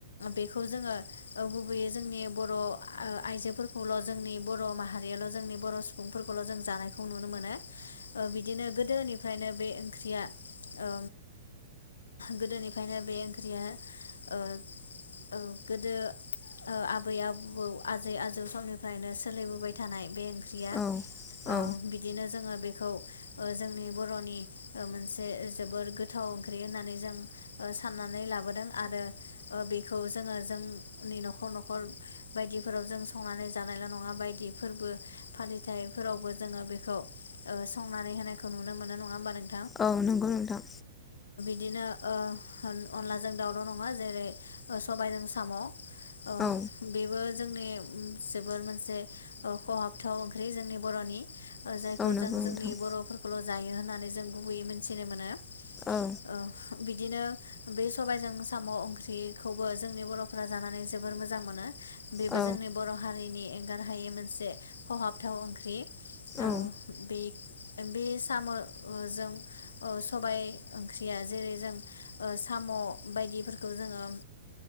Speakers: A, on the left; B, on the left.
A: बेखौ जोङो। औ गुबैयै। जोंनि बर' आ ओ आइजोफोरखौल' जोंनि बर' माहारियाल' जोंनि बर' सुबुंफोरखौल' जों जानायखौ नुनो मोनो। ओ बिदिनो गोदोनि। फ्रायनो बे ओंख्रिया ओ गोदोनिफ्रायनो बे ओंख्रिया ओ-ओ गोदो। ओ आबै-आबौ आजै-आजौ समनिफ्रायनो सोलिबोबाय थानाय बे ओंख्रिया
B: औ
A: ओ
B: औ
A: बिदिनो जोङो बेखौ जोंनि बर'नि मोनसे जोबोर गोथाव ओंख्रि होननानै जों साननानै लाबोदों। आरो ओ बेखौ जोङो जोंनि न'ख न'खर-न'खर बायदिफोराव जों संनानै जानायल' नङा बायदि फोरबो फालिथायफोरावबो जोङो बेखौ ओ संनानै होनायखौ नुनो मोनो नङा होमबा नों
B: औ नंगौ नोंथां।
A: बिदिनो ओ अनलाजों दाउल' नङा जेरै सबायजों साम'। अ
B: औ
A: बेबो जोंनि जोबोर मोनसे ओ खहाबथाव ओंख्रि जोंनि बर'नि। ओ जायखौ
B: औ नंगौ
A: जों
B: नोंथां
A: जोंनि बर'फोरखौल' जायो होननानै जों। गुबैयै मोनथिनो मोनो। ओ
B: औ
A: बिद बिदिनो बे सबायजों साम' ओंख्रिखौबो जोंनि बर'फोरा जानानै जोबोर मोजां मोनो। बेबो
B: औ नंगौ नोंथां औ
A: जोंनि बर' हारिनि एंगार हायै मोनसे खहाबथाव ओंख्रि
B: औ
A: ओ बिग साम ओ जों सबाय ओंख्रिया जेरै- जों ओ साम' बायदिफोरखौ जोङो